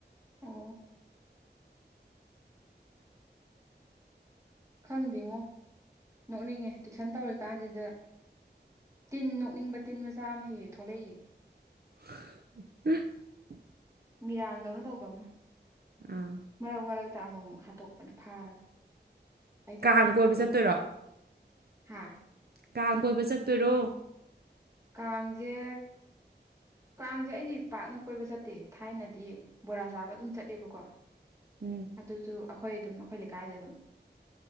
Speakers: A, on the right (about 15°); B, on the right (about 60°).
A: ꯑꯣ ꯈꯪꯗꯦꯉꯣ ꯅꯣꯛꯅꯤꯡꯉꯦ ꯇꯨꯏꯁꯟ ꯇꯧꯔꯤ ꯀꯥꯟꯁꯤꯗ ꯇꯤꯟ ꯅꯣꯛꯅꯤꯡꯕ ꯇꯤꯟ ꯃꯆꯥ ꯑꯃ ꯍꯦꯛ ꯍꯦꯛ ꯊꯣꯛꯂꯛꯏꯌꯦ
B: <unintelligible>
A: ꯃꯤꯔꯥꯡꯗꯧꯅ ꯇꯧꯕ ꯑꯃ
B: ꯑꯥ
A: ꯃꯔꯛ ꯃꯔꯛꯇ ꯑꯃꯨꯛ ꯑꯃꯨꯛ ꯍꯥꯠꯇꯣꯛꯄꯅꯦ ꯐꯥꯔꯒ ꯑꯩꯗꯤ
B: ꯀꯥꯡ
A: ꯀꯤꯖꯗꯅ
B: ꯀꯣꯏꯕ ꯆꯠꯇꯣꯏꯔꯣ
A: ꯍꯥꯥ
B: ꯀꯥꯡ ꯀꯣꯏꯕ ꯆꯠꯇꯣꯏꯔꯣ
A: ꯀꯥꯡꯖꯦ ꯀꯥꯡꯖꯦ ꯑꯩꯗꯤ ꯄꯥꯛꯅ ꯀꯣꯏꯕ ꯆꯠꯇꯦ ꯊꯥꯏꯅꯗꯤ ꯕꯣꯔꯥ ꯆꯥꯕ ꯑꯗꯨꯝ ꯆꯠꯂꯦꯕꯀꯣ
B: ꯎꯝ
A: ꯑꯗꯨꯖꯨ ꯑꯈꯣꯏ ꯑꯗꯨꯝ ꯑꯈꯣꯏ ꯂꯩꯀꯥꯏꯗ ꯑꯗꯨꯝ